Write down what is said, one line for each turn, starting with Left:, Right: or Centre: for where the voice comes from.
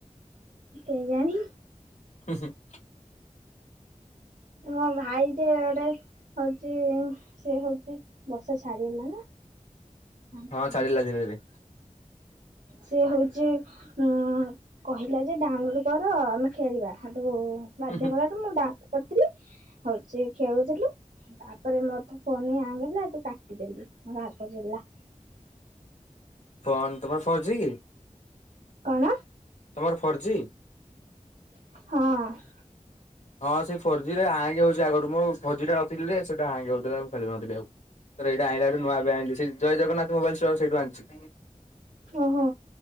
Right: କେଜାଣି?
Left: ହୁଁ, ହୁଁ। <inaudible>
Right: ମୋ ଭାଇ ଟେ ଗୋଟେ ହଉଛି ସିଏ ହଉଛି ବର୍ଷା ଛାଡିଗଲା ନା? ଆଣ୍ଠୁ
Left: ହଁ
Right: ପଟେ
Left: ଛାଡ଼ିଲା
Right: ପକଉ
Left: ଧୀରେ ଧୀରେ।
Right: ସେ ହେଉଛି ହଁ, କହିଲା ଯେ ଡାଉନଲୋଡ କର ଆମେ ଖେଳିବା। ସେଠୁ ବାଧ୍ୟ
Left: ହୁଁ ହୁଁ
Right: କଲାଠୁ ମୁଁଡା କତିରି ହଉଛି ଖେଳୁଥିଲୁ ତାପରେ ମୋର ତ ଫୋନ ହିଁ ହାଙ୍ଗ ହେଲା, ହେଟୁ କାଟିଦେଲି ରାଗ ଚିଡ଼ିଲା।
Left: ଫୋନ୍, ତମର ଫୋର୍ ଜି?
Right: କଣ?
Left: ତମର ଫୋର୍ ଜି?
Right: ହଁ।
Left: ହଁ ସେ ଫୋର୍ଜି ରେ ହାଙ୍ଗ ହଉଛି ଆଗରୁ ମୁଁ ଫୋରଜି ଟା ଧରିଥିଲି ସେଟା ହାଙ୍ଗେ ହଉଥିଲା ଖେଳୁ ନଥିଲି ଆଉ। ତ ଏଇଟା ଆଣିଲ ଠୁୂ ନୂଆଏବେ ଆଣିଲି ସେ ଜୟ ଜଗନ୍ନାଥ ମୋବାଇଲ୍ ଷ୍ଟୋର ସେଇଠୁ ଆଣିଛି।
Right: ଓହୋ,